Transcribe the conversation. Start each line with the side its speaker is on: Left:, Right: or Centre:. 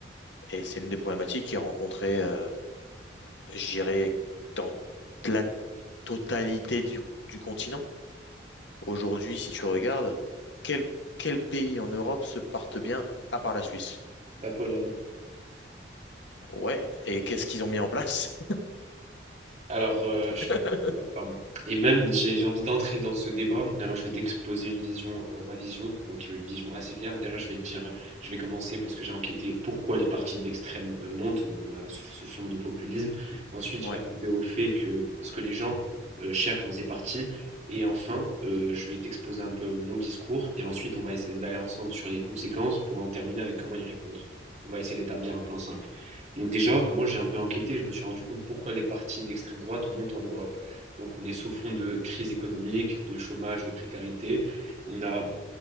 Left: Et c'est l'une des problématiques qui est rencontrée, euh, je dirais, dans la totalité du, du continent. Aujourd'hui, si tu regardes, quel, quel pays en Europe se porte bien à part la Suisse?
Right: La Pologne.
Left: Ouais, et qu'est-ce qu'ils ont mis en place?
Right: Alors, euh,
Left: <laughs>
Right: je suis... pardon. Et même, j'ai j'ai envie d'entrer dans ce débat. Alors, je vais t'exposer une vision, euh, ma vision, donc euh, une vision assez claire. Déjà, je vais te dire, je vais commencer parce que j'ai enquêté pourquoi les partis d'extrême euh, montent. Donc, on a sous, sous fond de populisme. Ensuite,
Left: Ouais,
Right: je vais arriver au fait que ce que les gens euh, cherchent dans ces partis. Et enfin, euh, je vais t'exposer un peu mon discours. Et ensuite, on va essayer d'aller ensemble sur les conséquences pour en terminer avec comment y répondre. On va essayer d'établir un plan simple. Donc déjà, moi j'ai un peu enquêté, je me suis rendu compte pourquoi les partis d'extrême droite montent en Europe. Donc on est sous fond de crise économique, de chômage, de précarité. On a